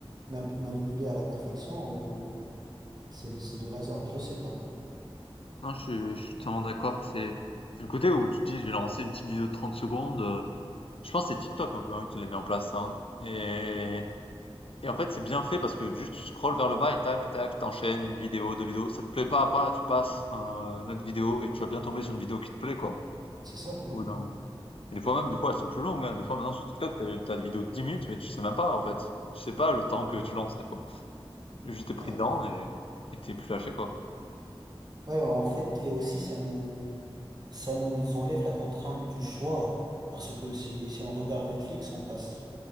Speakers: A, on the right; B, on the left.
A: ma- manipulé à la perfection ou c'est, c'est de l'hasard. Je sais pas.
B: Non, je suis je suis totalement d'accord, c'est c'est le côté où tu te dis: «Je vais lancer une petite vidéo de 30 secondes», heu, je pense que c'est TikTok un peu, hein, qui l'a mis en place ça, hein et et en fait, c'est bien fait parce que juste tu scrolles vers le bas et tac, tac, t'enchaînes une vidéo, 2 vidéos, ça te plaît pas, pas tu passes un, une autre vidéo et tu vas bien tomber sur une vidéo qui te plaît, quoi,
A: C'est ça, ouais.
B: au bout d'un Et des fois même, des fois elles sont plus longues, hein. Des fois maintenant sur TikTok, t'as t'as des vidéos de 10 minutes, mais tu sais même pas en fait. Tu sais pas le temps que tu lances des fois. Juste t'es pris
A: Ouais.
B: dedans et et t'es plus lâché quoi.
A: Ouais, en fait, et aussi, ça nous, ça nous enlève la contrainte du choix. Parce que si, si on regarde Netflix, on passe,